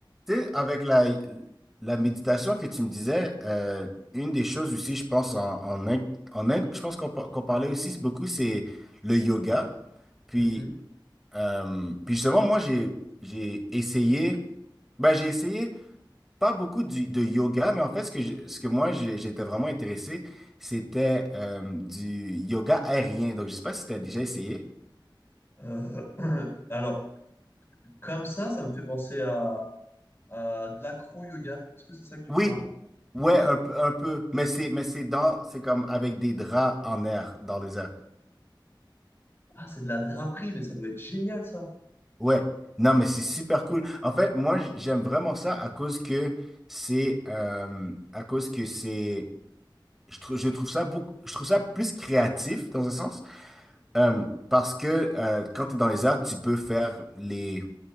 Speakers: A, in the centre; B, on the left.
A: Tu sais, avec la, la méditation que tu me disais, euh, une des choses aussi, je pense, en, en Inde, en Inde, je pense qu'on par- qu'on parlait aussi beaucoup, c'est le yoga. Puis,
B: Mhm.
A: euh, puis justement, moi, j'ai, j'ai essayé, ben, j'ai essayé pas beaucoup du- de yoga, mais en fait, ce que, j'ai- ce que moi, j'ai- j'étais vraiment intéressé, c'était euh, du yoga aérien. Donc, je sais pas si tu as déjà essayé.
B: Euh, <clears throat> alors, comme ça, ça me fait penser à, à de l'acro-yoga. Est-ce que c'est ça que tu
A: Oui,
B: me parles?
A: ouais, un, peu- un peu, mais c'est, mais c'est dans, c'est comme avec des draps en air, dans les airs.
B: Ah, c'est de la draperie, mais ça doit être génial, ça.
A: Ouais, non, mais c'est super cool. En fait, moi, j- j'aime vraiment ça à cause que c'est, euh, à cause que c'est, je, trouve je trouve ça beaucoup, je trouve ça plus créatif dans un sens, Euh, parce que euh, quand tu es dans les arts, tu peux faire les